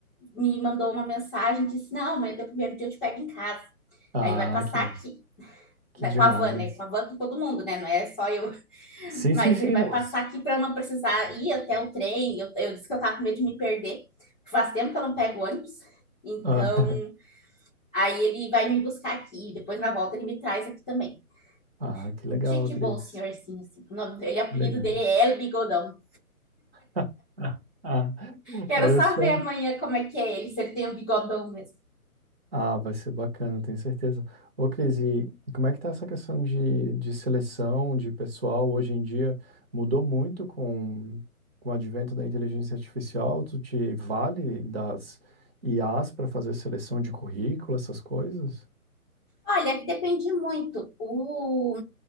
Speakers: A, in the centre; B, on the right.
A: me mandou uma mensagem, disse, não, amanhã é teu primeiro dia eu te pego em casa.
B: Ah,
A: Aí ele vai passar
B: que,
A: aqui,
B: que
A: né,
B: demais.
A: com a van, né? Com a van com todo mundo, né? Não é só eu
B: Sim,
A: Mas
B: sim, sim,
A: ele vai
B: nossa.
A: passar aqui para eu não precisar ir até o trem. Eu, eu disse que eu tava com medo de me perder. Faz tempo que eu não pego ônibus. Então,
B: Ah,
A: aí ele vai me buscar aqui. Depois, na volta, ele me traz aqui também.
B: <laughs> ah, que
A: Muito
B: legal,
A: gente
B: Cris.
A: boa, o senhorzinho, assim. O nome dele, o apelido
B: Que legal.
A: dele é El Bigodão.
B: <laughs> Ah,
A: Quero
B: olha
A: só
B: só.
A: ver amanhã como é que é ele, se ele tem um bigodão mesmo.
B: Ah, vai ser bacana, tenho certeza. Ô, Cris, e como é que tá essa questão de, de seleção de pessoal hoje em dia? Mudou muito com, com o advento da inteligência artificial? Tu te vale das IAs para fazer seleção de currículo, essas coisas?
A: Olha, depende muito. O,